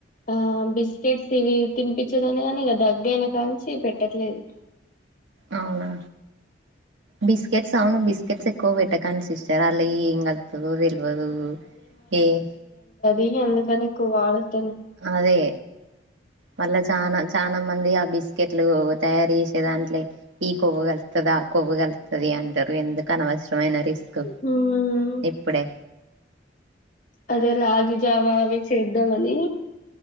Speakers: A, on the left; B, on the right.
A: ఆహ్ బిస్కెట్స్ ఇవి తినిపించెదని కాని ఇగ దగ్గేనకాంచి పెట్టట్లేదు.
B: అవునా బిస్కెట్స్ అవును బిస్కెట్స్ ఎక్కువ పెట్టకండి సిస్టర్. జరా అండ్ల ఏం కాల్పుతారో తెల్వదు ఎం.
A: ఇగ అందుకని ఎక్కువ వాడొద్దు.
B: అదే మళ్ళా చానా చనా మంది ఆ బిస్కెట్. ఇట్లు తయారు చేసేదంట్లే ఈ కొవ్వు కలుత్తది ఆ కొవ్వు కలుత్తది అంటారు ఎందుకు అనవసరం. ఏమైన రిస్క్
A: హ్మ్
B: ఇప్పుడే.
A: అదే రాగి జావా అవి చేద్దామని